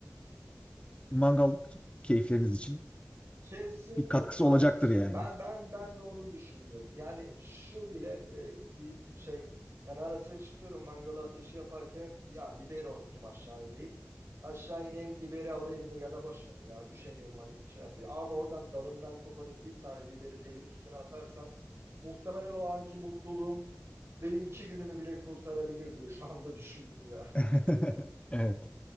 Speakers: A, on the left (about 20°); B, on the right (about 60°).
A: mangal keyifleriniz için
B: Kesinlikle
A: bir katkısı
B: haklısın.
A: olacaktır yani.
B: Ben ben ben de onu düşündüm. Yani şu bile e, bir şey. Ben ara sıra çıkıyorum mangalı ateşi yaparken ya biberi unuttum aşağıda deyip aşağı ineyim biberi alayım mı ya da boş ver ya üşeniyorum hani şey yapıyor. Abi oradan dalından koparıp bir tane biberi telin üstüne atarsam muhtemelen o anki mutluluğum benim iki günümü bile kurtarabilir diye şu anda düşündüm ya.
A: <laughs> Evet.